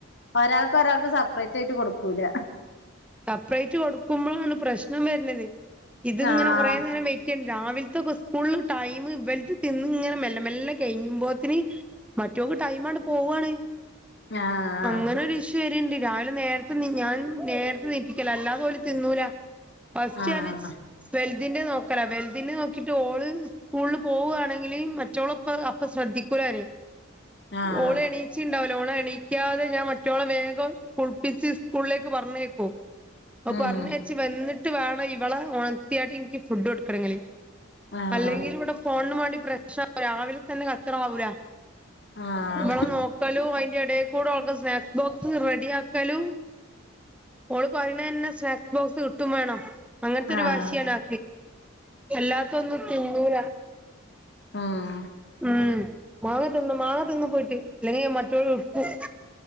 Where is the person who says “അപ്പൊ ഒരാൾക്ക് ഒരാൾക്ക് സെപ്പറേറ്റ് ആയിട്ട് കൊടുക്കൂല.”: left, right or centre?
Left